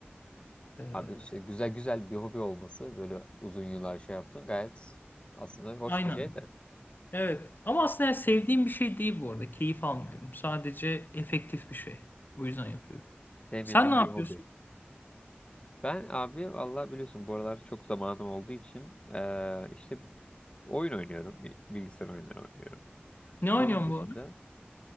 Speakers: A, on the left; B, on the left.
A: Ee,
B: Abi işte güzel güzel bir hobi olması böyle uzun yıllar şey yaptın gayet aslında hoş
A: aynen.
B: bir şey de
A: Evet. Ama aslında yani sevdiğim bir şey değil bu arada. Keyif almıyorum. Sadece efektif bir şey. O yüzden yapıyorum.
B: sevmediğim
A: Sen ne yapıyorsun?
B: bir hobi. Ben abi vallahi biliyorsun bu aralar çok zamanım olduğu için eee, işte oyun oynuyorum. bi- Bilgisayar oyunları oynuyorum.
A: Ne oynuyorsun
B: Onun dışında
A: bu ara?